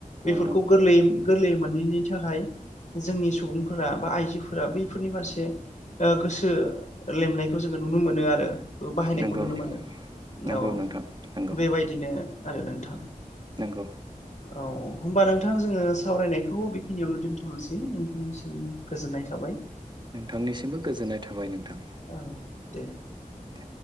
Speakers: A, on the left (about 55°); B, on the right (about 30°).
A: बेफोरखौ
B: गोरलै
A: गोरलैयै-गोरलैयै मोनैनि था खाय जोंनि सुबुंफोरा बा आइजोफोरा बैफोरनि फारसे ओ गोसो लेमनायखौ जोङो नुनो मोनो आरो बाहायनायखौ
B: नंगौ
A: नुनो मोनो
B: नंगौ
A: औ।
B: नोंथां नंगौ
A: बेबायदिनो आरो नोंथां।
B: नंगौ
A: औ होमबा नोंथां जोङो सावरायनायखौ खिनियावनो दोनथ'नोसै नोंथांनिसिम गोजोननाय थाबाय ‌।
B: नोंथांनिसिमबो गोजोननाय थाबाय नोंथां।
A: औ दे।
B: दे